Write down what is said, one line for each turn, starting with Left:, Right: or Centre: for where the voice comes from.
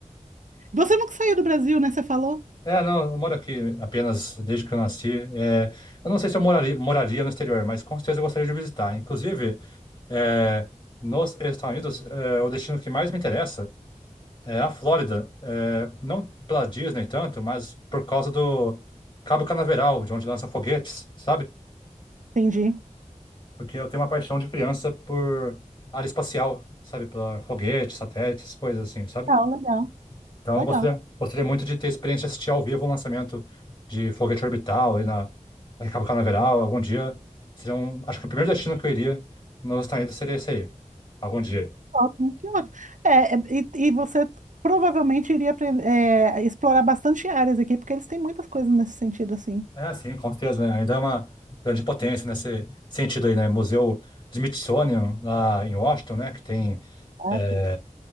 Right: Você nunca saiu do Brasil, né? Você falou?
Left: É, não, eu moro aqui apenas desde que eu nasci. É, eu não sei se eu moraria, moraria no exterior, mas com certeza eu gostaria de visitar. Inclusive, é, nos Estados Unidos, é, o destino que mais me interessa é a Flórida. É, não pela Disney tanto, mas por causa do Cabo Canaveral, de onde lançam foguetes, sabe?
Right: Entendi.
Left: Porque eu tenho uma paixão de criança por área espacial, sabe? Pela foguetes, satélites, coisas assim, sabe?
Right: Legal, legal,
Left: Então,
Right: legal.
Left: eu gostaria, gostaria muito de ter experiência de assistir ao vivo um lançamento de Foguete Orbital aí na, na Cabo Canaveral. Algum dia seria um. Acho que o primeiro destino que eu iria nos Estados Unidos seria esse aí. Algum dia.
Right: Ótimo, que ótimo. É, é, e, e você provavelmente iria apren- é, explorar bastante áreas aqui, porque eles têm muitas coisas nesse sentido, assim.
Left: É, sim, com certeza, né? Ainda é uma grande potência nesse sentido aí, né? Museu Smithsonian lá em Washington, né? Que tem,
Right: Exato.
Left: é,